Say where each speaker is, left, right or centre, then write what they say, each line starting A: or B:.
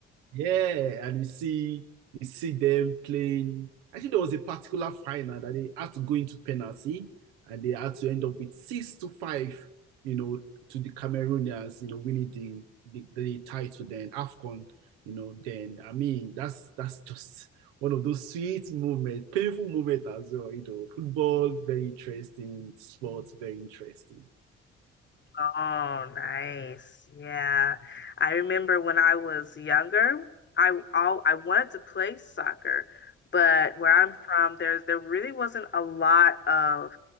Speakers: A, on the right; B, on the left.
A: Yeah, and you see you see them playing. I think there was a particular final that they had to go into penalty and they had to end up with six to five, you know, to the Cameroonians, you know, winning the the, the title then AFCON, you know, then I mean that's that's just one of those sweet moments, painful moments as well, you know. Football, very interesting, sports, very interesting.
B: Oh, nice. Yeah. I remember when I was younger, I all I wanted to play soccer, but where I'm from, there's there really wasn't a lot of